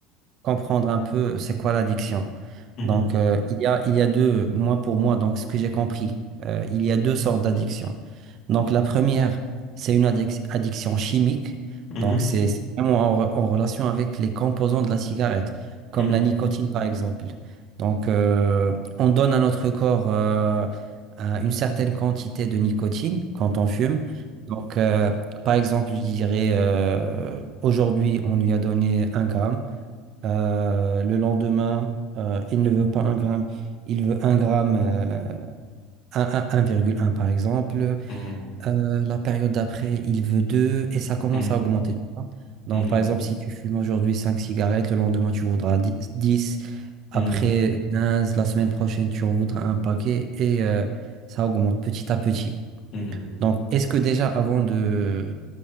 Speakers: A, on the right (about 40°); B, on the left (about 40°).
A: comprendre un peu c'est quoi l'addiction.
B: mhm,
A: Donc, euh, il y a, il y a deux, moi pour moi, donc ce que j'ai compris, euh, il y a deux sortes d'addictions. Donc, la première, c'est une addic- addiction chimique.
B: mhm,
A: Donc, c'est c'est vraiment en, re- en relation avec les composants de la cigarette, comme
B: mhm,
A: la nicotine par exemple. Donc, euh, on donne à notre corps euh, un- une certaine quantité de nicotine quand on fume. Donc, euh, par exemple, je dirais, euh, aujourd'hui, on lui a donné un gramme. Euh, le lendemain, euh, il ne veut pas un gramme, il veut un gramme, euh, un- un- 1,1 par exemple.
B: mhm,
A: Euh, la période d'après, il veut 2 et ça commence
B: mhm,
A: à augmenter. tu vois. Donc,
B: mhm, mhm,
A: par exemple, si tu fumes aujourd'hui 5 cigarettes, le lendemain, tu voudras 10.
B: mhm,
A: après 15, la semaine prochaine, tu en voudras un paquet et euh, ça augmente petit à petit.
B: mhm.
A: Donc, est-ce que déjà, avant de,